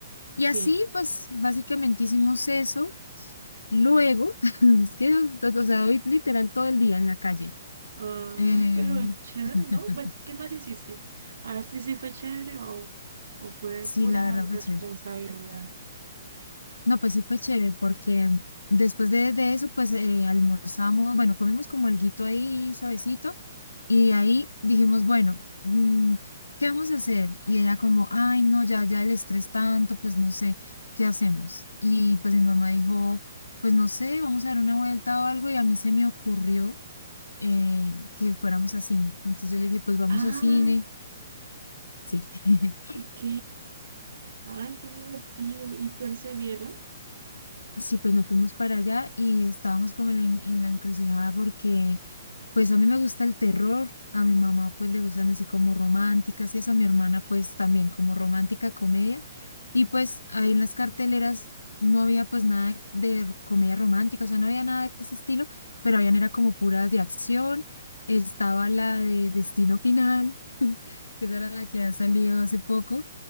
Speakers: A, on the left; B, on the right.
A: Y así,
B: Sí.
A: pues, básicamente hicimos eso. Luego, <laughs> es que, o sea, hoy literal todo el día en la calle.
B: Ay,
A: Eh,
B: pero chévere,
A: <laughs>
B: ¿no? Pues, ¿qué más hiciste? A ver si sí fue chévere o, o fue
A: sí,
B: pura
A: la verdad
B: responsabilidad.
A: fue chévere. No, pues sí fue chévere porque después de, de eso, pues eh, almorzamos, bueno, comimos como alguito ahí suavecito y de ahí dijimos, bueno, mm, ¿qué vamos a hacer? Y ella como, ay, no, ya, ya el estrés tanto, pues no sé, ¿qué hacemos? Y pues mi mamá dijo, pues no sé, vamos a dar una vuelta o algo y a mí se me ocurrió eh, que fuéramos a cine. Entonces yo le dije, pues vamos
B: Ah,
A: a cine, sí. <laughs>
B: Ok. Ay, qué divertido. ¿Y cuál se vieron?
A: Sí, pues nos fuimos para allá y estábamos como en la, en- en la encrucijada porque pues a mí me gusta el terror, a mi mamá pues le gustan así como románticas y eso, a mi hermana pues también como romántica comedia y pues ahí en las carteleras no había pues nada de comedia romántica, o sea, no había nada de ese estilo, pero habían era como puras de acción, estaba la de Destino Final, <laughs> que esa era la que ha salido hace poco,